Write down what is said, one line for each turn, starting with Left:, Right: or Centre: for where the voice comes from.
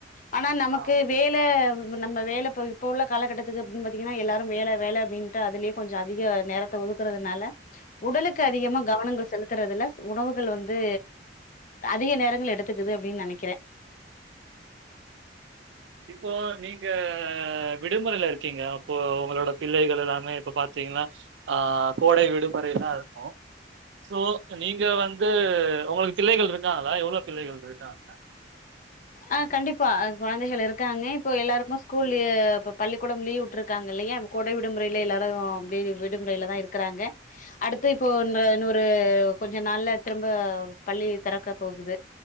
Left: ஆனா நமக்கு
Right: ஆ.
Left: வே இல்ல நம்ம வேல இப்ப இப்போ உள்ள காலகட்டத்துக்கு அப்டின் பாத்தீங்கனா எல்லாரு வேல வேல அப்டின்ட்டு அதுலயே கொஞ்சோ அதிக நேரத்த ஒதுக்றதுனால உடலுக்கு அதிகமா கவனங்கள் செலுத் த்துறதுல உணவுகள் வந்து அதிக நேரங்கள் எடுத்துக்குது அப்டின் நெனைக்கிறே
Right: இப்போ நீங்க விடுமுறைல இருக்கீங்க அப்போ உங்களோட பிள்ளைகள் எல்லாமே இப்ப பாத்தீங்னா ஆ கோடை விடுமுறைலா இருக்கு சோ நீங்க வந்து உங்களுக்கு பிள்ளைகள் இருக்காங்ளா எவ்ளோ பிள்ளைகள் ருக்காங்க
Left: அ கண்டிப்பா குழந்தைகள் இருக்காங்க இப்போ எல்லாருக்கு ஸ்கூல் ஏ இப்ப பள்ளிக்கூடம் லீவ் உட்ருக்காங்க இல்லையா இப்ப கோடை விடுமுறைல எல்லாரு அப்டே விடுமுறைலதா இருக்குறாங்க அடுத்து இப்போன்னு இன்ற இன்னொரு கொஞ்சோ நாள்ல திரும்ப பள்ளி தெறக்க போகுது